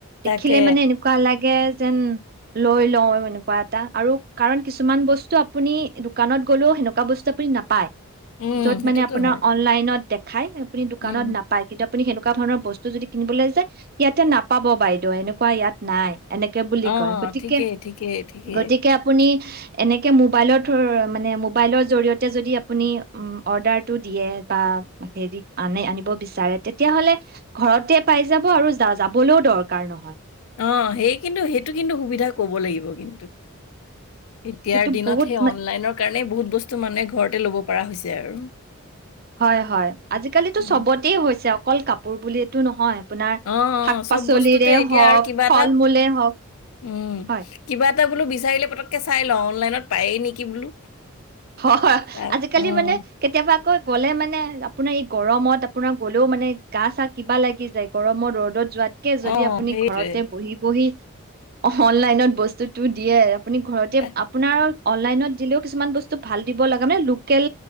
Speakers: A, on the left (about 75°); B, on the right (about 45°).
A: তাকে
B: দেখিলে মানে এনেকুৱা লাগে যেন লৈ লও এনেকুৱা এটা। আৰু কাৰণ কিছুমান বস্তু আপুনি দোকানত গলেও হেনো বস্তু আপুনি নাপায়
A: উম
B: য'ত
A: সেইটোতো
B: মানে আপোনাৰ
A: হয়
B: অনলাইনত দেখ খাই ন আপুনি দোকানত
A: উম
B: নাপায় কিন্তু আপুনি সেনেকুৱা ধৰণৰ বস্তু যদি কিনিবলৈ যায় ইয়াতে নাপাব বাইদেউ এনেকুৱা ইয়াত নাই এনেকে বুলি
A: অ
B: কয় গতিকে।
A: ঠিকেই ঠিকেই ঠিকেই
B: গতিকে আপুনি এনেকে মোবাইলৰ থ মানে মোবাইলৰ জৰিয়তে যদি আপুনি অৰ্ডাৰটো দিয়ে বা হে আনে আনিব বিচাৰে তেতিয়াহলে ঘৰতে পাই যাব আৰু যাবলৈও দৰকাৰ নহ
A: অ সেই কিন্তু সেইটো কিন্তু সুবিধা কব লাগিব কিন্তু এতিয়াৰ
B: সেইটো
A: দিনত
B: বহুত
A: সেই
B: মা-
A: অনলাইনৰ কাৰণে বহুত বস্তু মানে ঘৰতে ল'ব পৰা হৈছে আৰু
B: হয় হয় আজিকালিিতো
A: উম,
B: চবতে হৈছে অকল কাপোৰ পুলি টো নহয় আপোনাৰ
A: অ অ
B: শাক
A: চব
B: পাচলিৰে
A: বস্তুতে এতিয়া
B: হওক
A: আৰু কিবা
B: ফল
A: এটা
B: মূলে হওক।
A: উম,
B: হয়
A: কিবা বোলো বিচাৰিলে পতককে চাই লওঁ অনলাইনত পায়েই নেকি বোলো
B: হয়
A: তাৰ
B: আজিকালি
A: উম,
B: মানে কেতিয়াবা আকৌ গ'লে মানে আপোনাৰ এই গৰমত আপোনাৰ গ'লেও মানে গা চা কিবা লাগি যায় গৰমত ৰ'দত যোৱাত তাতকে
A: অ',
B: যদি আপুনি
A: সেইটোৱে।
B: ঘৰতে বহি বহি অনলাইনত বস্তুতটোো দিয়ে আপুনি ঘৰতে
A: তা-
B: আপোনাৰ অনলাইনত দিলেও কিছুমান বস্তু ভাল দিব লগা মে লোকেল